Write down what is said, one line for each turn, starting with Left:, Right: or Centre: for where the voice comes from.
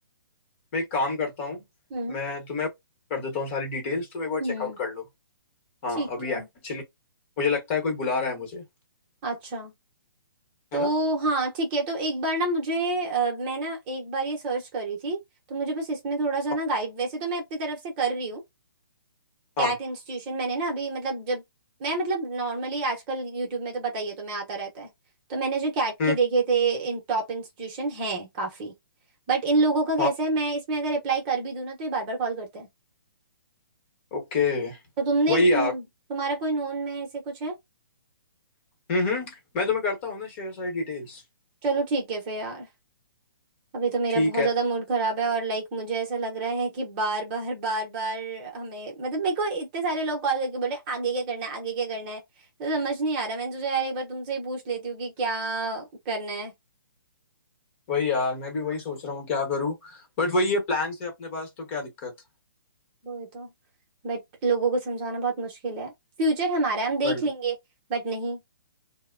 Left: मैं एक काम करता हूँ
Right: हम्म
Left: मैं तुम्हें कर देता हूँ सारी डिटेल्स तुम एक बार
Right: हम्म
Left: चेकआउट कर लो हाँ
Right: ठीक
Left: अभी
Right: है
Left: एक्चुअली मुझे लगता है कोई बुला रहा है मुझे
Right: अच्छा तो
Left: है ना
Right: हाँ ठीक है तो एक बार ना मुझे अ, मैं ना एक बार ये सर्च करी थी तो मुझे बस इसमें थोड़ा सा
Left: हाँ
Right: ना गाइड वैसे तो मैं अपनी तरफ से कर रही हूँ
Left: हाँ,
Right: कैट इंस्टीट्यूशन मैंने ना अभी मतलब जब मैं मतलब नॉर्मली आजकल यूट्यूब में तो पता ही है तुम्हें आता रहता है तो मैंने जो कैट
Left: हम्म
Right: के देखे थे इन टॉप इंस्टीट्यूशन हैं काफी बट इन लोगों का कैसा
Left: हाँ
Right: है मैं इसमें अगर अप्लाई कर भी दूं ना तो ये बार बार कॉल करते हैं
Left: ओके
Right: तो तुमने
Left: वही यार
Right: तुम तुम्हारा कोई नोन में ऐसे कुछ है
Left: हम्म हम्म, मैं तुम्हें करता हूँ ना शेयर सारी डिटेल्स
Right: चलो ठीक है फिर यार अभी तो मेरा
Left: ठीक
Right: बहुत
Left: है
Right: ज्यादा मूड खराब है और लाइक मुझे ऐसा लग रहा है कि बार बार बार बार हमें मतलब मेरे को इतने सारे लोग कॉल करके बोले आगे क्या करना है आगे क्या करना है तो समझ नहीं आ रहा मैंने सोचा यार एक बार तुमसे ही पूछ लेती हूँ कि क्या करना है
Left: वही यार मैं भी वही सोच रहा हूँ क्या करूँ बट वही है प्लान से अपने पास तो क्या दिक्कत
Right: वो है तो बट लोगों को समझाना बहुत मुश्किल है फ्यूचर हमारा है, हम देख
Left: वही
Right: लेंगे बट नहीं